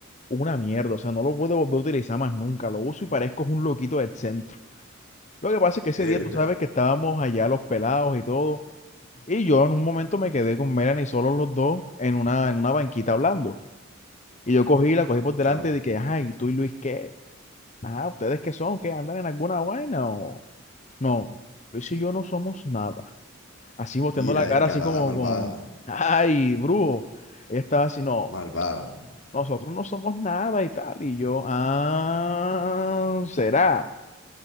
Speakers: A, on the left; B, on the left.
A: una mierda. O sea, no lo puedo volver a utilizar más nunca. Lo uso y parezco un loquito del centro. Lo que pasa es que ese
B: Herda.
A: día tú sabes que estábamos allá los pelados y todo. Y yo en un momento me quedé con Melanie solos los dos en una, en una banquita hablando. Y yo cogí, la cogí por delante
B: Claro.
A: de que, ay, tú y Luis, ¿qué? Ah, ¿ustedes qué son? ¿Qué andan en alguna vaina o no? Luis y yo no somos nada. así boteando
B: Ira,
A: la cara,
B: descarada,
A: así como
B: malvada.
A: con, <laughs> ay, brujo. Ella estaba así, no,
B: Malvada.
A: nosotros no somos nada y tal. Y yo, ah, será.